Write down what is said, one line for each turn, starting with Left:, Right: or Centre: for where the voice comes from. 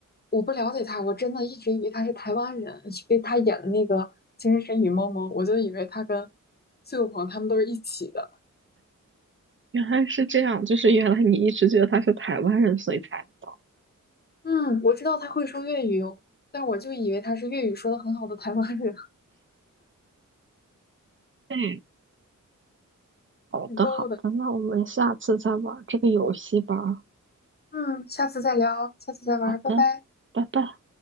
Left: 我不了解他，我真的一直以为他是台湾人，因为他演的那个《情深深雨蒙蒙》，我就以为他跟苏有朋他们都是一起的。
Right: 原来是这样，就是原来你一直觉得他是台湾人，所以才不到。
Left: 嗯，我知道他会说粤语哦但我就以为他是粤语说的很好的台湾人，
Right: 嗯，
Left: <laughs>
Right: 好的，
Left: 挺逗的。
Right: 好的，那我们下次再玩这个游戏吧。
Left: 嗯，下次再聊，下次再玩，
Right: 好的，
Left: 拜拜。
Right: 拜拜。